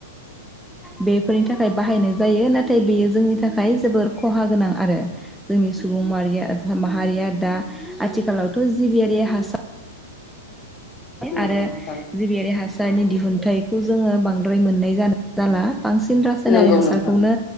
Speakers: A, in the centre; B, on the left.
A: बेफोरनि थाखाय बाहायनाय जायो नाथाय बेयो जोंनि थाखाय जोबोर खहा गोनां आरो। जोंनि सुबुं माहारिया माहारिया दा आथिखालावथ जिबियारि हासार
B: नंगौ
A: आरो
B: नोंथां
A: जिबियारि हास सारनि दिहुनथाइखौ जोङो बांद्राय मोननाय जा-जाला। बांसिन रासायनारि
B: नंगौ
A: हासारखौनो
B: नोंथां